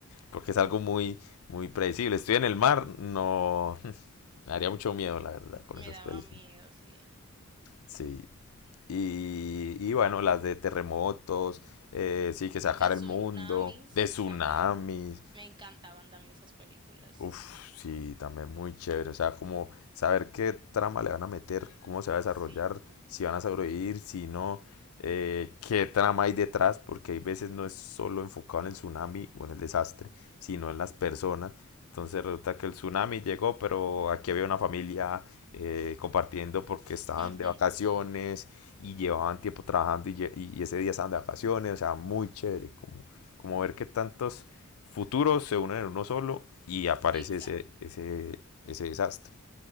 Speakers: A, on the left; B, on the right.
A: porque es algo muy, muy predecible. Estoy en el mar, no, Me daría mucho miedo, la
B: Mm,
A: verdad, con
B: Me
A: esas
B: daba
A: películas.
B: miedo, sí.
A: Sí. Y, y bueno, las de terremotos, eh, sí, que sacar
B: De tsunamis
A: el mundo, de tsunamis.
B: también. Me encantaban también esas películas.
A: Uf, sí, también muy chévere. O sea, como saber qué trama le van a meter, cómo se va a desarrollar,
B: Sí.
A: si van a sobrevivir, si no, eh, qué trama hay detrás, porque hay veces no es solo enfocado en el tsunami o en el desastre, sino en las personas. Entonces resulta que el tsunami llegó, pero aquí había una familia eh, compartiendo porque estaban
B: Ujú,
A: de vacaciones y llevaban tiempo trabajando y, lle- y ese día estaban de vacaciones. O sea, muy chévere, como, como ver qué tantos futuros se unen en uno solo y aparece
B: Exacto.
A: ese, ese, ese desastre.